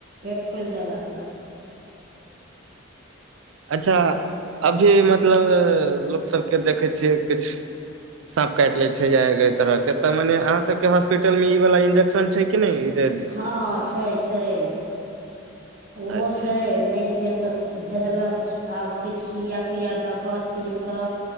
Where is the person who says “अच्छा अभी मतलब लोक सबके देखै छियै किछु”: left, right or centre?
Right